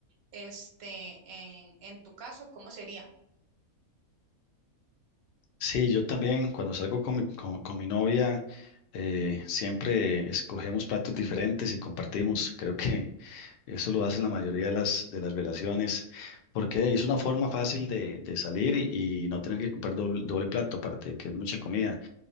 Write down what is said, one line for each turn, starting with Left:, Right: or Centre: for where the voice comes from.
Right: Este, en, en tu caso, ¿cómo sería?
Left: Sí, yo también, cuando salgo con mi, con, con mi novia, eh, siempre escogemos platos diferentes y compartimos. Creo que <laughs> eso lo hacen la mayoría de las, de las relaciones, porque hey, es una forma fácil de, de salir y, y no tener que comprar doble, doble plato, aparte de que es mucha comida.